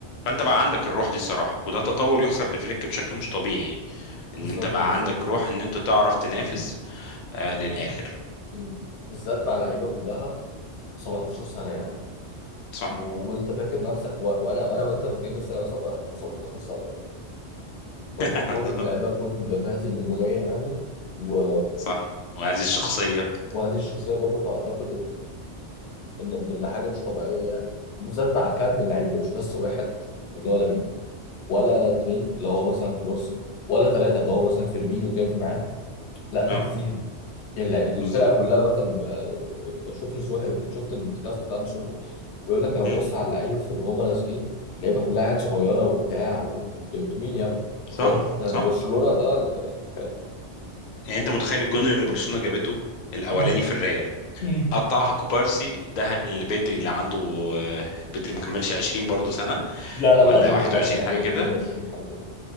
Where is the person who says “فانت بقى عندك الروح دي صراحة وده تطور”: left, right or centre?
Left